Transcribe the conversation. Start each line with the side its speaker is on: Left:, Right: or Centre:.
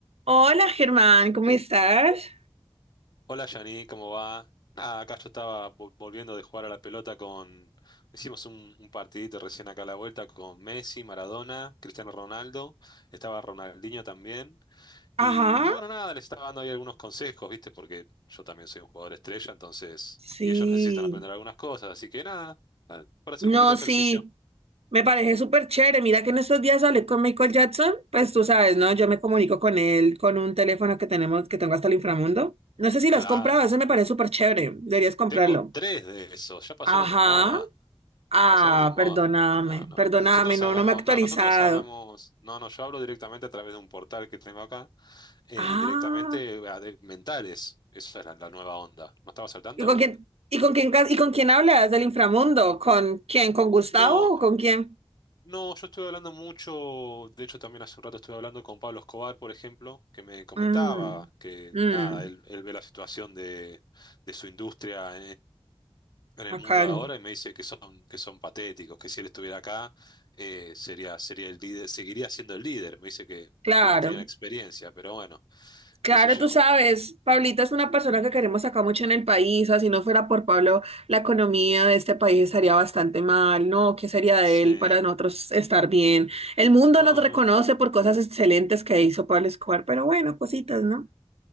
Right: Hola Germán, ¿cómo estás?
Left: Hola Yani, ¿cómo va? Nada, acá yo estaba vol- volviendo de jugar a la pelota con... Hicimos un, un partidito recién acá a la vuelta con Messi, Maradona, Cristiano Ronaldo, estaba Ronaldinho también.
Right: Ajá,
Left: Y, y bueno, nada, les estaba dando ahí algunos consejos, ¿viste? Porque yo también soy un jugador estrella, entonces...
Right: sí.
Left: Y ellos necesitan aprender algunas cosas, así que nada, ah, para hacer
Right: No,
Left: un poquito de
Right: sí,
Left: ejercicio.
Right: me parece súper chévere. Mira que en estos días hablé con Michael Jackson, pues tú sabes, ¿no?
Left: Ujú.
Right: Yo me comunico con él con un teléfono que tenemos, que tengo hasta el inframundo. No sé si
Left: Claro,
Right: lo has comprado, ese me parece súper chévere. Deberías comprarlo.
Left: tengo tres de esos, ya pasaron
Right: Ajá.
Left: de moda.
Right: Ah,
Left: Pasaron de moda.
Right: perdóname,
Left: No, no.
Right: perdóname,
Left: Nosotros
Right: no,
Left: hablamos,
Right: no me he actualizado.
Left: no, nosotros hablamos, no, no, yo hablo directamente a través de un portal que tengo acá, eh,
Right: Ah,
Left: y directamente a de- mentales. Esa es la, la nueva onda. ¿No estabas al tanto?
Right: ¿y con quién, y con quién, ca- y con quién hablas del inframundo? ¿Con quién? ¿Con Gustavo
Left: No,
Right: o con quién?
Left: no, yo estuve hablando mucho, de hecho también hace un rato estuve hablando con Pablo Escobar, por ejemplo, que me comentaba
Right: Mm,
Left: que
Right: mm,
Left: nada, él, él ve la situación de, de su industria en el
Right: acá,
Left: mundo de
Right: no.
Left: ahora y me dice que son, que son patéticos, que si él estuviera acá, eh, sería, sería el líder, seguiría siendo el líder. Me dice que,
Right: claro,
Left: que no tiene la experiencia, pero bueno,
Right: claro,
Left: qué sé yo.
Right: tú sabes, Pablita es una persona que queremos acá mucho en el país, así no fuera por Pablo, la economía de este país estaría bastante mal, ¿no? ¿Qué sería de
Left: Sí,
Right: él para nosotros estar bien? El mundo
Left: no,
Right: nos reconoce
Left: no,
Right: por cosas excelentes que hizo Pablo Escobar, pero bueno, cositas, ¿no?